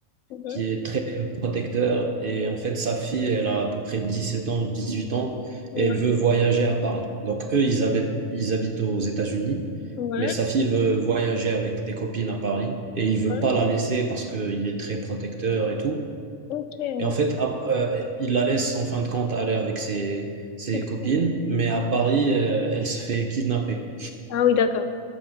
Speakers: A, on the left (about 70°); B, on the right (about 50°).
A: Mhm.
B: qui est très protecteur et en fait, sa fille, elle a à peu près dix sept ans, dix huit ans
A: Ouais,
B: et elle veut voyager à Paris. Donc, eux, ils habitent, ils habitent aux États-Unis,
A: ouais,
B: mais sa fille veut voyager avec des copines à Paris et il veut
A: ouais.
B: pas la laisser parce qu'il est très protecteur et tout.
A: ok.
B: Et en fait, à- euh, il la laisse en fin de compte aller avec ses, ses
A: C'est-
B: copines, mais à Paris, euh, elle se fait kidnapper.
A: Ah oui, d'accord.